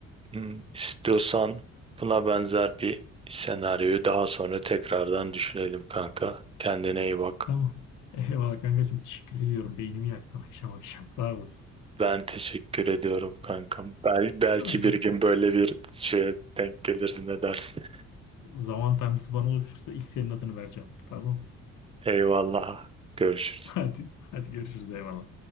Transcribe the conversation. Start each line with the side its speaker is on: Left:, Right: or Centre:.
Right: Hmm, istiyorsan buna benzer bir senaryoyu daha sonra tekrardan düşünelim kanka. Kendine iyi bak.
Left: Tamam. Eyvallah kankacığım. Teşekkür ediyorum. Beynimi yaktın akşam akşam. Sağ olasın.
Right: Ben teşekkür ediyorum kankam. Bel belki
Left: Hadi.
Right: bir gün böyle bir şeye denk gelirsin ne dersin.
Left: Zaman tanrısı bana oluşursa ilk senin adını vereceğim. Tamam.
Right: <laughs> Eyvallah. Görüşürüz.
Left: <laughs> Hadi. Hadi görüşürüz. Eyvallah.